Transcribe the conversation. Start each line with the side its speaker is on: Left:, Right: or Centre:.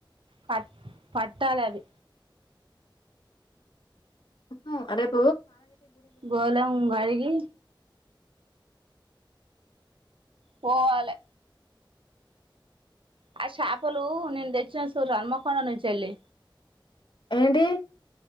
Right: పట్ పట్టాల అది
Left: మ్ రేప్
Right: గోళం గడిగి పోవాలే ఆ షాపలు నేను తెచ్చిన సూడ్ర హన్మకొండ నుంచెల్లి
Left: ఏంటియి